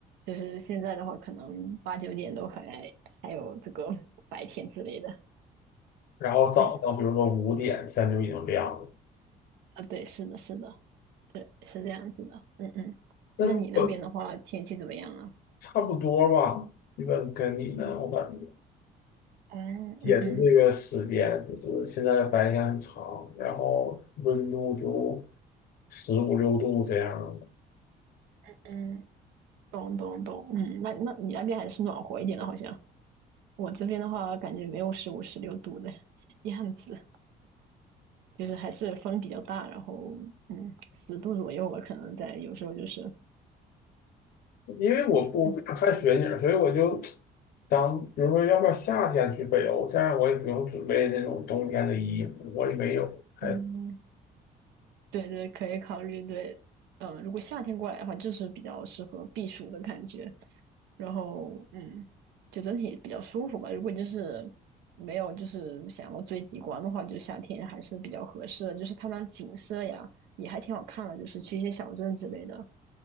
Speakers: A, on the right; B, on the left.
A: 就是现在的话，可能八九点都还还有这个 <laughs> 白天之类的，
B: 然后早上比如说五点天就已经亮了。
A: 嗯啊，对，是的，是的，对，是这样子的，嗯嗯，
B: 但是我
A: 那你那边的话，天气怎么样啊？
B: 差不多吧，基本跟你呢，我感觉
A: 嗯嗯嗯
B: 也是这个时间，就是现在白天很长，然后温度就十五六度这样。
A: 嗯，懂懂懂，嗯，那那你那边还是暖和一点的，好像我这边的话，感觉没有十五十六度的 <laughs> 样子，就是还是风比较大，然后嗯，十度左右吧，可能在有时候就是。
B: 因为我不我不想看雪景，
A: 嗯
B: 所以我就想，比如说，要不要夏天去北欧？这样我也不用准备那种冬天的衣服，我也没有。还
A: 嗯，对对，可以考虑。对，嗯，如果夏天过来的话，就是比较适合避暑的感觉。然后，嗯，就整体比较舒服吧。如果就是没有就是想要追极光的话，就夏天还是比较合适的。就是它那景色呀，也还挺好看的。就是去一些小镇之类的，